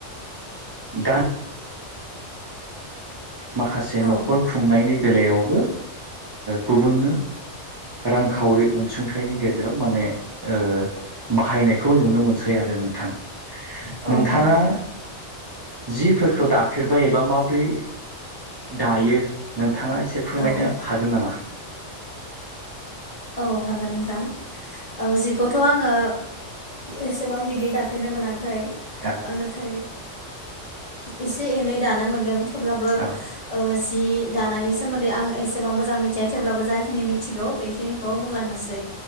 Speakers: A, on the right (about 30°); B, on the left (about 30°).
A: गान माखासे
B: औ
A: न'खर खुंनायनि बेलायावबो गुबुननो रांखावरि अनसुंथाइनि गेजेराव माने ओ बाहायनायखौ नुनो मोनसै आरो नोंथां
B: औ
A: नोंथाङा
B: नंगौ
A: जिफोरखौ दाफेरबाय एबा माबोरै दायो नोंथाङा एसे फोरमायनो
B: औ
A: हागोन नामा?
B: औ हागोन नोंथां औ जिखौथ' आङो एसेबां बिदि दाफेरनो मोनाखै
A: औ
B: नाथाय एसे एनै दानो मोनदों थेवब्लाबो
A: औ
B: जि दानायनि सोमोन्दै आं एसेबां मोजां मिथिया थेवब्लाबो जाखिनि मिथिगौ बे खौ बुंलांनोसै